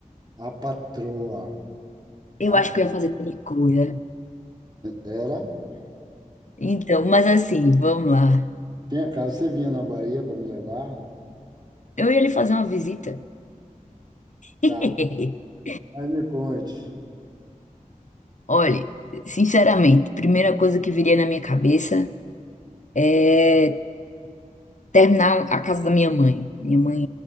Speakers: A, on the right; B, on the left.
A: A patroa.
B: Eu
A: Ah,
B: acho que eu ia fazer tanta coisa.
A: era?
B: Então, mas assim, vamos lá.
A: Tinha casa, você vinha na Bahia para me levar?
B: Eu ia lhe fazer uma visita. <laughs>
A: Tá, mas me conte.
B: Olha, sinceramente, primeira coisa que viria na minha cabeça é terminar a casa da minha mãe. Minha mãe